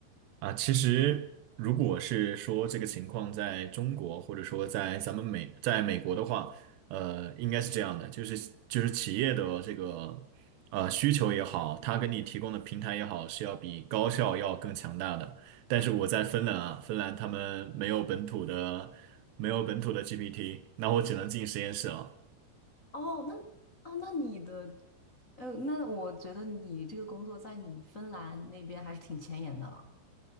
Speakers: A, on the right; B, on the left.
A: 啊，其实如果是说这个情况在中国，或者说在咱们美，在美国的话，呃，
B: <laughs>
A: 应该是这样的，
B: 嗯，
A: 就是就是企业的这个呃需求也好，它给你提供的平台也好，是要比高校要更强大的。但是我在芬兰啊，芬兰他们没有本土的没有本土的 GPT，那我只能进实验室了。
B: 哦，那哦那你的呃，那我觉得你这个工作在你芬兰那边还是挺前沿的了。